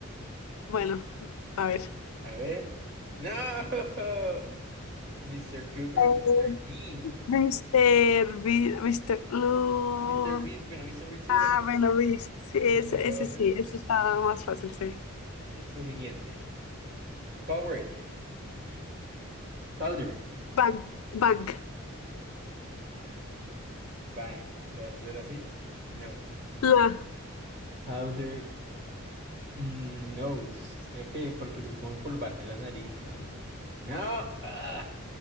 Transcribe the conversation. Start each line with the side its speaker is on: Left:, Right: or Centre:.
Left: Bueno, a ver.
Right: A ver. No. <laughs> Mr. Cooper,
Left: Eh,
Right: Mr. Bean.
Left: Mr. Beast, Mr. No.
Right: Mr. Beast, bueno, Mr. Beast hubiera
Left: Ah,
Right: sido
Left: bueno,
Right: como
Left: Beast. Sí,
Right: Mr.
Left: ese,
Right: Robert.
Left: ese sí, ese estaba más fácil, sí.
Right: Listo, siguiente. Powered. Powder.
Left: Bank, Bank.
Right: Bank. ¿Lo vas a hacer así? No.
Left: La
Right: Powder Mm, No, s- creo que porque se es como empolvarse la nariz, ¿no? No, ah,